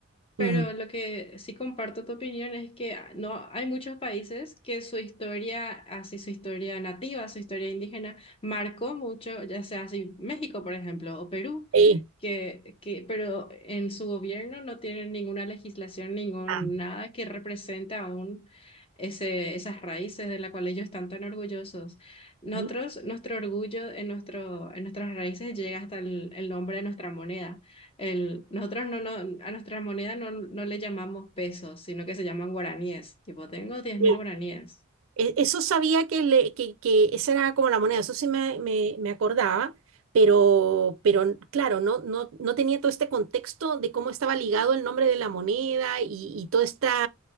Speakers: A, on the left; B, on the right.
A: Pero
B: mm,
A: lo que sí comparto tu opinión es que ah, no hay muchos países que su historia, así su historia nativa, su historia indígena, marcó mucho, ya sea así México, por ejemplo, o Perú,
B: eh,
A: que, que, pero en su gobierno no tienen ninguna legislación, ningún
B: ah,
A: nada que represente aún ese, esas raíces de las cuales ellos están tan orgullosos. Nosotros,
B: ujú,
A: nuestro orgullo en, nuestro, en nuestras raíces llega hasta el el nombre de nuestra moneda. El, nosotros no, no, a nuestra moneda no, no le llamamos pesos, sino que se llaman guaraníes. Tipo, tengo diez
B: sí.
A: mil guaraníes.
B: E- Eso sabía que, le- que, que esa era como la moneda, eso sí me, me- me acordaba, pero, pero claro, no, no, no tenía todo este contexto de cómo estaba ligado el nombre de la moneda y, y todo este